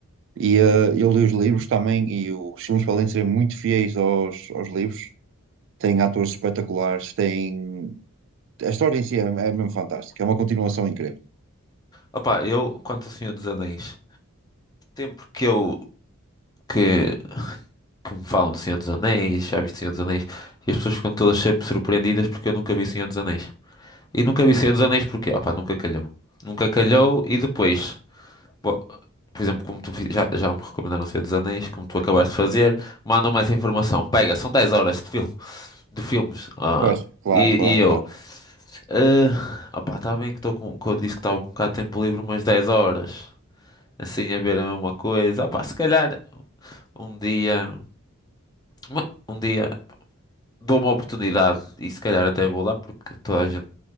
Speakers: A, on the right; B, on the left.
A: E eh, eu li os livros também, e os filmes podem ser muito fiéis aos, aos livros. Tem atores espetaculares, tem... A história em si é, é mesmo fantástica, é uma continuação incrível.
B: Opa, eu, quanto ao Senhor dos Anéis, tempo que eu, que, que me falam do Senhor dos Anéis, já viste Senhor dos Anéis, e as pessoas ficam todas sempre surpreendidas porque eu nunca vi Senhor dos Anéis. E nunca vi Senhor dos Anéis porque, opa, nunca calhou. Nunca calhou e depois, bo- por exemplo, como tu fi- já, já me recomendaram Senhor dos Anéis, como tu acabaste de fazer, mandam-me essa informação. Pega, são 10 horas de filme, de filmes. ah,
A: Pois, claro,
B: e,
A: claro,
B: e eu,
A: claro.
B: Ah, opá, está bem que estou com, que eu disse que estava com um bocado de tempo livre, umas 10 horas, assim a ver a mesma coisa. Opá, se calhar um dia, uma- um dia dou uma oportunidade e se calhar até vou lá porque toda a gente